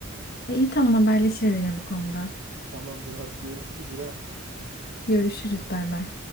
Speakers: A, on the left (about 45°); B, on the right (about 85°).
A: E, iyi tamam haberleşiriz yine bu konuda.
B: Tamamdır. Hadi görüşürüz İrem.
A: Görüşürüz bay bay.